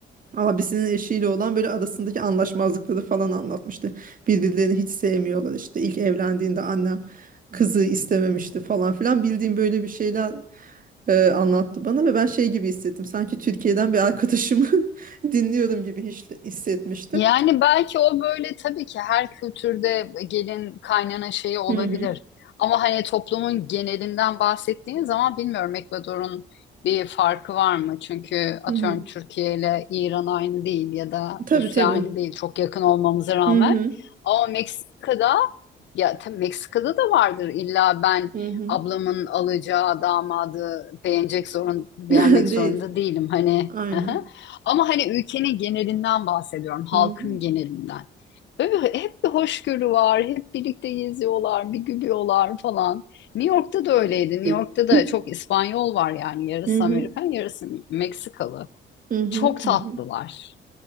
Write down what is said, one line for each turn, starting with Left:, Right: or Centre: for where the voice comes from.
Right: abisinin eşiyle olan böyle arasındaki anlaşmazlıkları falan anlatmıştı. Birbirlerini hiç sevmiyorlar işte. İlk evlendiğinde annem kızı istememişti falan filan. Bildiğim böyle bir şeyler e, anlattı bana ve ben şey gibi hissettim. Sanki Türkiye'den bir arkadaşımı <laughs> dinliyorum gibi hiç hissetmiştim.
Left: Yani belki o böyle tabii ki her kültürde gelin kaynana şeyi olabilir.
Right: Hı hı.
Left: Ama hani toplumun genelinden bahsettiğin zaman bilmiyorum Ekvador'un bir farkı var mı? Çünkü atıyorum
Right: Hı hı.
Left: Türkiye ile İran aynı değil ya da
Right: Tabii
Left: Rusya
Right: tabii.
Left: aynı değil çok yakın olmamıza rağmen.
Right: Hı hı.
Left: Ama Meksika'da Ya tabii Meksika'da da vardır illa ben
Right: Hı hı.
Left: ablamın alacağı damadı beğenecek zorun beğenmek
Right: <laughs>
Left: zorunda
Right: Değil.
Left: değilim hani.
Right: Aynen.
Left: <laughs> Ama hani ülkenin genelinden bahsediyorum, halkın
Right: Hı hı.
Left: genelinden. Böyle bir- hep bir hoşgörü var, hep birlikte geziyorlar, bir gülüyorlar falan. New York'ta da öyleydi.
Right: <clears throat>
Left: New York'ta da çok İspanyol var yani yarısı
Right: Hı hı.
Left: Amerikan, yarısı Meksikalı.
Right: Hı hı.
Left: Çok tatlılar.
Right: Hı